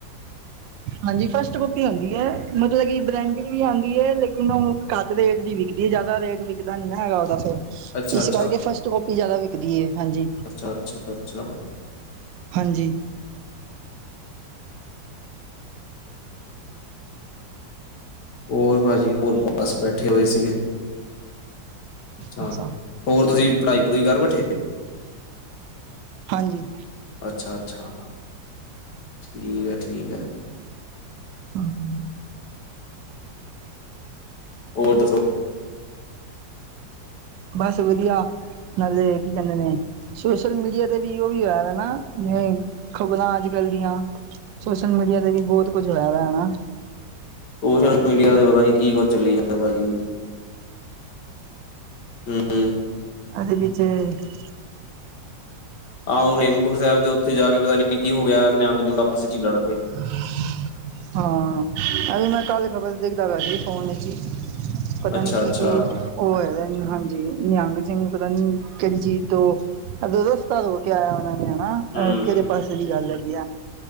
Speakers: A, on the left; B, on the right.
A: <inaudible>
B: ਹਾਂਜੀ ਫਸਟ ਕਾਪੀ ਹੁੰਦੀ ਹੈ ਮਤਲਬ ਕਿ ਬ੍ਰੈਂਡਡ ਵੀ ਆਉਂਦੀ ਹੈ ਲੇਕਿਨ ਉਹ ਕਾ। ਰੇਟ ਦੀ ਵਿਕਦੀ ਜ਼ਿਆਦਾ ਰੇਟ ਵਿਕਦਾ ਨੀ ਨਾ ਹੈਗਾ ਉਹਦਾ ਸ।
A: ਅੱਛਾ-ਅੱਛਾ,
B: ਇਸ ਕਰਕੇ ਫਸਟ ਕਾਪੀ ਜ਼ਿਆਦਾ ਵਿਕਦੀ ਹੈ ਹਾਂਜੀ।
A: ਅੱਛਾ-ਅੱਛਾ-ਅੱਛਾ
B: ਹਾਂਜੀ।
A: ਹੋਰ ਭਾਜੀ ਹੋਰ ਬਸ ਬੈਠੇ ਹੋਏ ਸੀਗੇ ਹਾਂ।
B: ਅੱਛਾ
A: ਹੋਰ ਤੁਸੀਂ ਪੜ੍ਹਾਈ ਪੜੂਈ ਕਰ ਬੈਠੇ।
B: ਹਾਂਜੀ।
A: ਅੱਛਾ ਅੱਛਾ ਠੀਕ ਹੈ ਠੀਕ ਹੈ।
B: ਹਮ। <unintelligible>
A: ਹੋਰ ਦੱਸੋ।
B: ਬਸ ਵਧੀਆ ਨਾਲੇ ਕੀ ਕਹਿੰਦੇ ਨੇ। ਸੋਸ਼ਲ ਮੀਡੀਆ ਤੇ ਵੀ ਉਹ ਵੀ ਹੋਇਆ ਵ ਨਾ ਜਿਵੇਂ ਖ਼ਬਰਾਂ ਅੱਜ ਕੱਲ ਦੀਆਂ। ਸੋਸ਼ਲ ਮੀਡੀਆ ਤੇ ਵੀ ਬਹੁਤ ਕੁਝ ਹੋਇਆ ਵ ਹਨਾ।
A: ਸੋਸ਼ਲ ਮੀਡੀਆ ਤੇ ਪਤਾ ਨੀ ਕੀ ਕੁਛ ਚੱਲੀ ਜਾਂਦਾ ਭਾਜੀ। ਹਮਮ।
B: ਅਦੇ ਵਿੱਚ ਵਿੱਚ
A: ਆਹੋ ਹੇਮਕੁੰਡ ਸਾਹਿਬ ਦੇ ਉੱਥੇ ਜਾ ਕੇ ਪਤਾ ਨੀ ਕੀ ਹੋ ਗਿਆ ਨਿਹੰਗ ਆਪਸ ਚ ਹੀ ਲੜ ਪਏ,
B: ਹ <inaudible> ਹਾਂ ਅ ਮੈਂ ਕੱਲ ਖਬਰ ਤੇ ਦੇਖਦਾ ਗ ਸੀ ਫੋਨ ਵਿੱਚ ਹੀ। ਪਤਾ
A: ਅੱਛਾ-ਅੱਛਾ
B: ਨੀ ਕੀ ਕੀ ਉਹ ਹੈ ਹਾਂਜੀ ਨਿਹੰਗ ਸਿੰਘ ਪਤਾ ਨੀ ਕਿਹੜੀ ਚੀਜ ਤੋਂ, ਅੱ ਦਸਤਦ ਕਿਆਣਾ ਨੇ, <unintelligible> ਨਾ
A: ਹੂੰ
B: ਕਿਹੜੇ ਪਾਸੇ ਦੀ ਗੱਲ ਹੈਗੀ ਆ